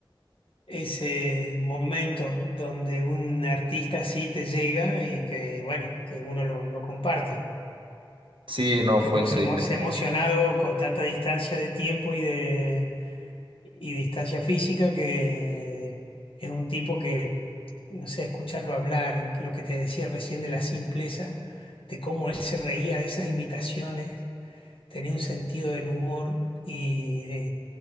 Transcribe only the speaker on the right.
Sí, no,
fue
increíble.